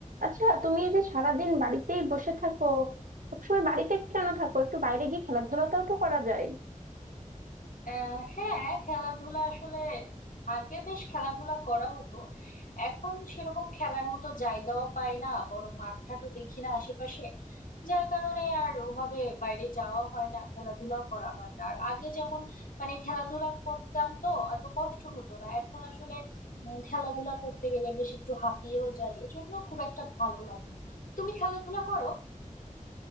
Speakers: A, on the right (about 80°); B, on the left (about 80°).
A: আচ্ছা তুমি এই যে সারাদিন বাড়িতেই বসে থাকো সবসময় বাড়িতে কেন থাকো একটু বাইরে গিয়ে খেলাধুলাটাও তো করা যায়
B: আহ হ্যাঁ খেলাধুলা আসলে আগে বেশ খেলাধুলা করা হতো এখন সেরকম খেলার মতো জায়গাও পাই না বড় মাঠটাও দেখি না আশেপাশে যার কারণে আর ওভাবে বাইরে যাওয়া হয় না খেলাধুলাও করা হয় না আর আগে যেমন মানে খেলাধুলা করতাম তো এত কষ্ট হতো না এখন আসলে উম, খেলাধুলা করতে গেলে বেশ একটু হাঁপিয়েও যাই এজন্য খুব একটা ভালো লাগে না। তুমি খেলাধুলা করো